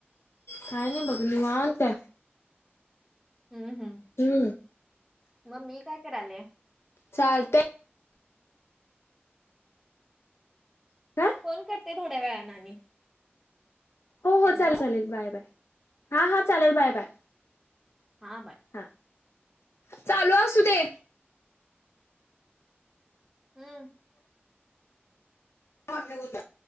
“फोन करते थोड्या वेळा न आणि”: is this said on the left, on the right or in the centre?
Centre